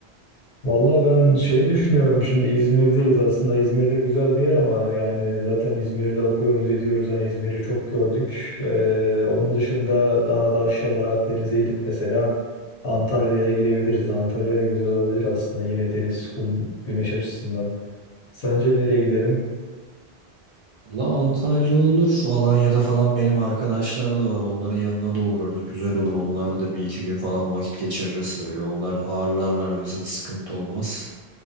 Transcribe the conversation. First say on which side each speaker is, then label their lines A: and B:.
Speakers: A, on the left (about 90°); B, on the right (about 55°).
A: Valla ben şeyi düşünüyorum şimdi İzmir'deyiz aslında İzmir'de güzel bir yer ama yani zaten İzmir'de okuyoruz ediyoruz hani İzmir'i çok gördük. Ee, onun dışında daha da aşağılara Akdeniz'e inip mesela Antalya'ya gidebiliriz. Antalya güzel olabilir aslında yine deniz, kum, güneş açısından. Sence nereye gidelim?
B: Valla Antalya olur Alanya'da falan benim arkadaşlar da var onların yanına da uğrarız güzel olur onlarla da bir iki gün falan vakit geçiririz böyle onlar ağırlarlar biz hiç sıkıntı olmaz.